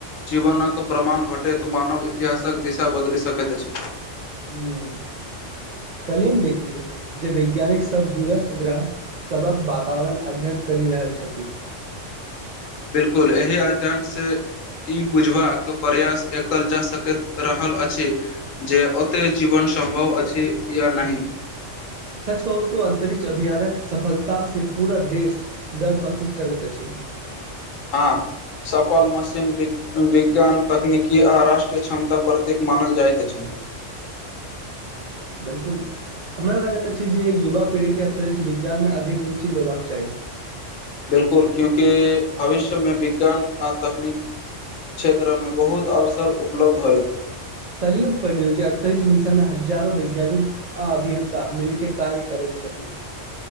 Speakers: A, on the left; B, on the right.
A: जीवनक प्रमाण भेटैत मानव इतिहासक दिशा बदलि सकैत अछि
B: हं कल्हियम देखलियौ जे वैज्ञानिक श दुरस्त ग्रह सभक वातावरण अध्ययन करी रहल छथि
A: बिलकुल एहि अध्ययनसँ ई बुझबाक प्रयास एकल जा सकैत रहल अछि जे ओते जीवन सम्भव अ अछि या नहि
B: सच कहू तो अंतरिक्ष अभियानक सफलता से पूरा देश गर्व महसूस करैत अछि
A: हँ सफल मशीन बिक विज्ञान तकनीकी आ राष्ट्रीय क्षमता प्रतीक मानल जाइत अछि
B: बिल्कुल हमरा लागैत अछि जे युवा पीढ़ी के अंतरिक्ष विज्ञान में अधिक रुचि लेबाक चाही
A: बिल्कुल क्यूकि भविष्यमें विज्ञान आ तकनीक क्षेत्रमें बहुत अवसर उपलब्ध होयत
B: कल्हियो पढ़लियो जे अंतरिक्ष मिशन में हजारो वैज्ञानिक अभियन्ता मिल के कार्य करैत छथिन